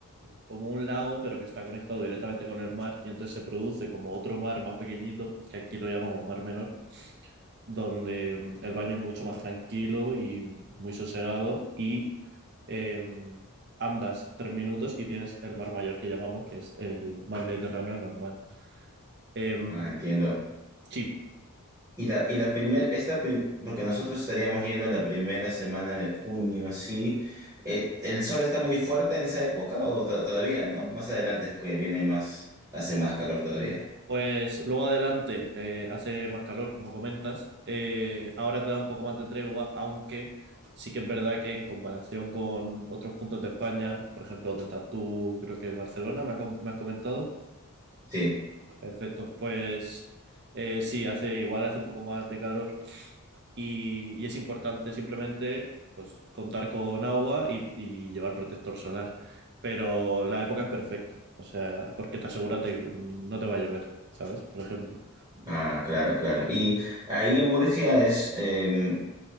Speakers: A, on the right; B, on the right.
A: como un lago, pero que está conectado directamente con el mar, y entonces se produce como otro mar más pequeñito, que aquí lo llamamos mar menor, donde mm, el baño es mucho más tranquilo y muy sosegado, y eh, andas tres minutos y tienes el mar mayor que llamamos, que es el mar Mediterráneo normal. Eh,
B: Ah, entiendo.
A: sí,
B: Y la, y la primera, esta prim- porque nosotros estaríamos yendo la primera semana de junio, así. Eh, ¿el sol está muy fuerte en esa época o to- todavía, no? Más adelante es que viene más, hace más calor todavía.
A: Pues luego adelante eh, hace más calor, como comentas. Eh, ahora te da un poco más de tregua, aunque sí que es verdad que en comparación con otros puntos de España, por ejemplo, donde estás tú, creo que es Barcelona, me, ha com- me has comentado.
B: Sí,
A: Perfecto. Pues eh, sí, hace igual, hace un poco más de calor y, y es importante simplemente pues, contar con agua y, y llevar protector solar. Pero la época es perfecta, o sea, porque te aseguras de que no te va a llover, ¿sabes? Por ejemplo.
B: ah, claro, claro. Y ahí en Murcia es em,